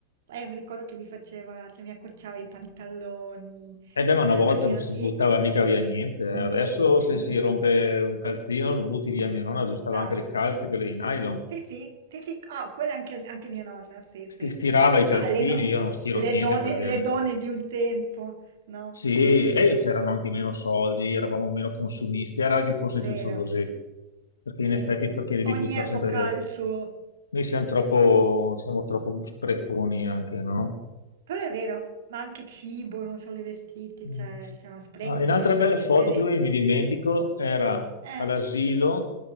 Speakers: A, on the right; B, on the left.
A: Lei mi ricordo che mi faceva, cioè mi accorciava i pantaloni,
B: E beh, ma una
A: eh,
B: volta
A: perché
B: non
A: non-
B: si
A: i-
B: buttava mica via niente. eh. Adesso
A: niente,
B: se si
A: niente.
B: rompe un calzino lo butti via. Mia nonna aggiustava
A: Ciao.
B: anche le calze, quelle di nylon.
A: Sì, sì, sì, sì. Oh, quella è anche, anche mia nonna, sì, sì.
B: Si stirava i
A: Ma
B: calzini,
A: le, no-
B: io non stiro
A: le
B: niente
A: donne,
B: per dire.
A: le donne di un tempo, no?
B: Sì, e c'erano anche meno soldi, eravamo meno consumisti, era anche forse giusto
A: Vero.
B: così, perché in
A: Sì.
B: effetti perché devi
A: Ogni
B: buttare
A: epoca
B: sempre via?
A: ha il suo.
B: Noi siamo troppo, siamo troppo spreconi anche, no?
A: Però è vero, ma anche cibo, non solo i vestiti,
B: Mm.
A: cioè c'è uno spreco
B: Ah, e
A: se...
B: un'altra bella foto,
A: Se,
B: prima che mi dimentico, era
A: Eh,
B: all'asilo,